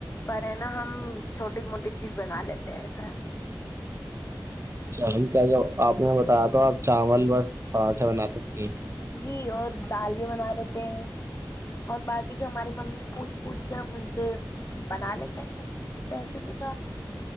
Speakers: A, on the left; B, on the right.
A: پر ہے نا ہم چھوٹی موٹی چیز بنا لیتے ہیں ایسا
B: ہم کیا آپ نے بتایا تو آپ چاول بس پراٹھا بنا سک کہ
A: جی اور دال بھی بنا لیتے ہیں اور باقی جو ہماری ممی پوچھ پوچھ کے ہم ان سے بنا لیتے ہیں ویسے بھی کا